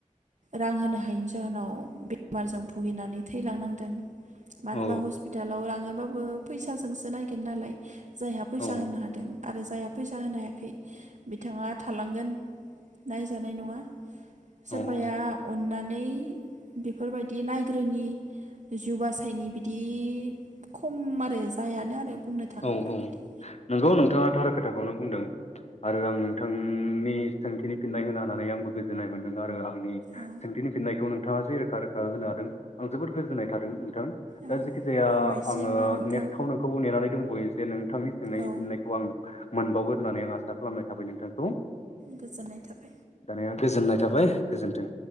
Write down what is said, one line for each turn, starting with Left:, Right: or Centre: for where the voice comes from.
Right: रां होनो हायैनि जाहोनाव बेमारजों भुगिनानै थैलांनांदों मानो
Left: औ
Right: होनोबा हस्पिटालाव लाङोबा बो फैसाजोंसो नायगोन नालाय जायहा फैसा
Left: औ
Right: होनो हादों आरो जायहा फैसा होनो हायाखै बिथाङा थालांगोन नायजानाय नङा सोरबाया
Left: औ
Right: अननानै बेफोरबायदि नायग्रोनि जिउ बासायनि बि बिदि खम आरो जायानो आरो बुंनो थाङोब्ला
Left: औ औ
Right: बिदि
Left: नंगौ नोंथाङा थार खोथाखौनो बुंदों आरो आं नोंथांनि सोंथिनि फिननाय होनो हानानै आंबो गोजोननाय मोनदों आरो आंनि
Right: औ
Left: सोंथिनि फिननायखौ नोंथाङा जे रोखा रोखा होनो हादों आं जोबोद गोजोननाय थादों थां
Right: औ
Left: दा जेखि जाया
Right: हामबायसै
Left: आङो
Right: होमबा नोंथां
Left: नेक्स्टाव नोंखौ नेनानै दंबयो जे नों बिथांनि सोंनायनि
Right: औ
Left: फिननायखौ आं मोनबावगोन होननानै आं आसा खालामनाय थाबाय नोंथांखौ
Right: गोजोननाय थाबाय
Left: दानिया गोजोननाय थाबाय गोजोन्थों।